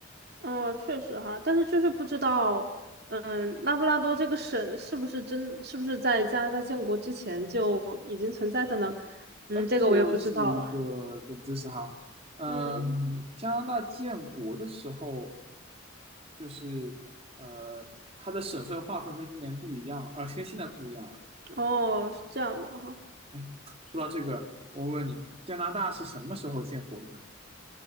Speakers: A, on the right; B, on the right.
A: 哦，确实哈，但是就是不知道，嗯，拉布拉多这个省是不是真，是不是在加拿大建国之前就已经存在的呢？嗯，
B: 哎，
A: 这个我也不知道了。
B: 这又是一个冷知识哈。嗯，
A: 嗯，
B: 加拿大建国的时候。就是呃，它的省份划分跟今年不一样，呃，跟现在不一样了。
A: 哦，是这样的哈，
B: 哎，说到这个，我问你，加拿大是什么时候建国的呢？